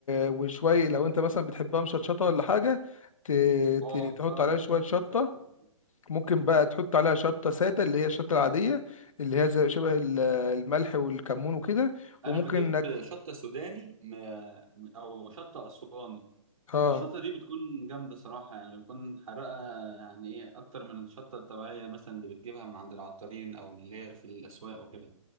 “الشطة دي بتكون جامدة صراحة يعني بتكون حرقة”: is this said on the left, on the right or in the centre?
Right